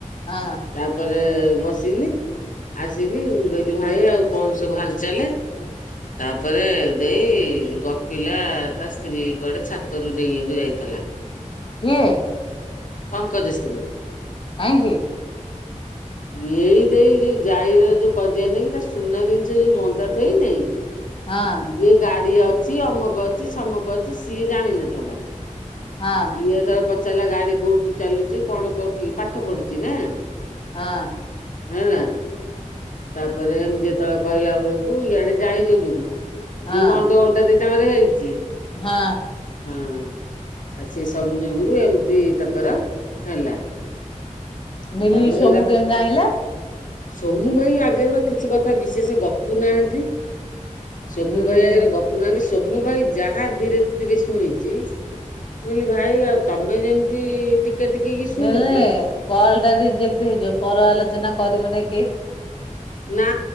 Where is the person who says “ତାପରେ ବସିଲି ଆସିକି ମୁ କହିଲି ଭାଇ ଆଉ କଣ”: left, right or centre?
Left